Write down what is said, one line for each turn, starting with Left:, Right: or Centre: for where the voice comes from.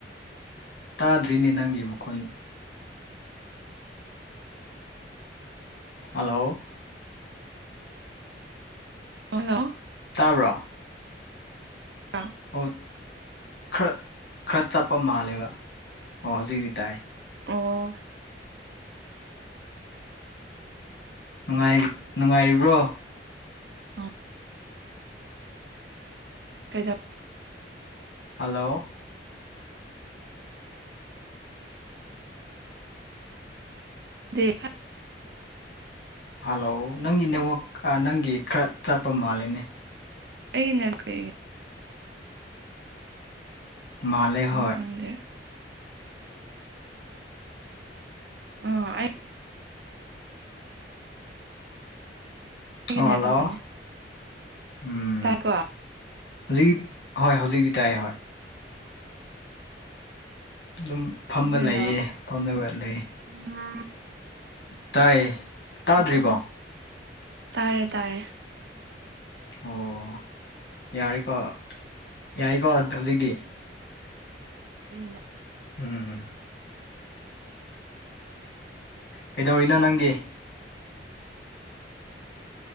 Left: ꯇꯥꯗ꯭ꯔꯤꯅꯦ ꯅꯪꯒꯤ ꯃꯈꯨꯟ ꯍꯜꯂꯣ
Right: ꯍꯂꯣ
Left: ꯇꯥꯕ꯭ꯔꯣ
Right: ꯑꯥ
Left: ꯑꯣ ꯈꯔ ꯈꯔ ꯆꯠꯄ ꯃꯥꯜꯂꯦꯕ ꯑꯣ ꯍꯧꯖꯤꯛꯤ ꯇꯥꯏ
Right: ꯑꯣ
Left: ꯅꯨꯡꯉꯥꯢ ꯅꯨꯡꯉꯥꯏꯕ꯭ꯔꯣ
Right: ꯑꯥ ꯀꯩꯗꯧ
Left: ꯍꯜꯂꯣ
Right: ꯗꯤ
Left: ꯍꯜꯂꯣ ꯅꯪꯒꯤ ꯅꯦꯠꯋꯥꯛ ꯅꯪꯒꯤ ꯈꯔ ꯆꯠꯄ ꯃꯥꯜꯂꯦꯅꯦ
Right: ꯑꯩꯅ ꯀꯩ
Left: ꯃꯥꯜꯂꯦ ꯍꯣꯢ
Right: ꯈꯪꯗꯦ ꯎꯝ ꯑꯩꯒꯤ
Left: ꯑꯣ
Right: ꯅꯦꯠꯋꯥꯛꯅꯦ
Left: ꯍꯜꯂꯣ ꯎꯝ
Right: ꯇꯥꯏꯀꯣ
Left: ꯍꯧꯖꯤꯛ ꯍꯣꯏ ꯍꯧꯖꯤꯛꯇꯤ ꯇꯥꯏ ꯍꯣꯏ ꯑꯗꯨꯝ ꯐꯝꯕ
Right: ꯍꯜꯂꯣ
Left: ꯂꯩꯌꯦ ꯐꯝꯃ ꯂꯩ
Right: ꯎꯝ
Left: ꯇꯥꯏ ꯇꯥꯗ꯭ꯔꯤꯕꯣ
Right: ꯑꯣ ꯇꯥꯔꯦ ꯇꯥꯔꯦ
Left: ꯑꯣ ꯌꯥꯔꯦꯀꯣ ꯌꯥꯏꯀꯣ ꯍꯧꯖꯤꯛꯇꯤ
Right: ꯎꯝ
Left: ꯎꯝ ꯀꯩꯗꯧꯔꯤꯅꯣ ꯅꯪꯗꯤ